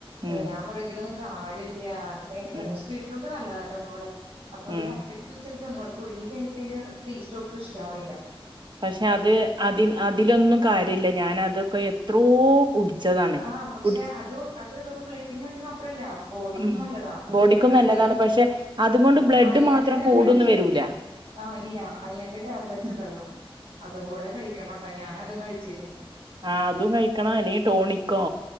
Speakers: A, on the right; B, on the right.
A: ഉം
B: ഏഹ് ഞാൻ പറ കാര്യല്ലാ അങ്ങനെങ്ങനെയൊക്കെ
A: ഉം
B: പക്ഷെ ബീറ്റ്റൂട്ട് നല്ലതാട്ടോ ഒന്നും കൂടെ അപ്പൊ
A: ഉം
B: പച്ചക്ക് ജൂസടിക്കാൻ ഒന്നൂടെ പുഴുങ്ങി കഴിഞ്ഞിട്ട് അതിന്റെ ടേസ്റ്റ് ഒട്ടും ഇഷ്ട്ടാവണില്ല
A: പക്ഷെ അത് അതിൽ അതിലൊന്നും കാര്യല്ല ഞാൻ അതൊക്കെ എത് എത്രോ കുടിച്ചതാണ്
B: ആ പക്ഷെ
A: കുടി
B: അത് അത് വെറും ബ്ലഡിന് വേണ്ടി മാത്രല്ല ബോഡിക്കും
A: ഉം
B: നല്ലതാ
A: ബോഡിക്കും
B: പിന്നെ ബ്ലഡിന്
A: നല്ലതാണ് പക്ഷെ അതുകൊണ്ട് ബ്ലഡ്
B: അയോൺടെ
A: മാത്രം
B: ടാബ്ലറ്റ്
A: കൂടൊന്നും വരൂല
B: ആഹ് ഇല്ല അയേണിന്റെ ടാബ്ലെറ്റ്
A: ഉം.
B: ഇണ്ടല്ലോ അതും കൂടെ കഴിക്കണട്ടോ ഞാൻ അതും കഴിച്ചിരുന്നു
A: ആഹ് അതും കഴിക്കണം അല്ലേ ടോണിക്കോ